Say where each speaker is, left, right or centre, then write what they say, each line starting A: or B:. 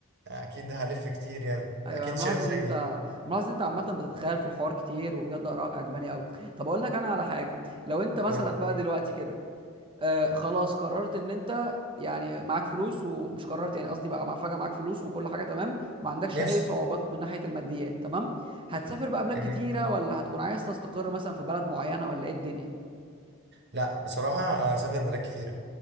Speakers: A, on the right; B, on the right.
A: اكيد هلف كتير يعني
B: ايوه
A: اكيد
B: انا ملاحظ
A: شايف زيي
B: ان انت
A: يعني.
B: ملاحظ ان انت عامة بتتخيل في الحوار كتير وبجد آرائك عجباني قوي طب اقول لك انا على حاجة لو انت مثلا
A: قول
B: بقى دلوقتي كده آه خلاص قررت ان انت يعني معاك فلوس ومش قررت يعني قصدي بقى مع- فجأة معاك فلوس وكل حاجة تمام وما عندكش
A: نفسي
B: اي صعوبات من ناحية الماديات تمام هتسافر بقى بلاد
A: جميل
B: كتيرة ولا هتكون عايز تستقر مثلا في بلد معينة ولا ايه الدنيا
A: لا بصراحه هسافر بلاد كتيره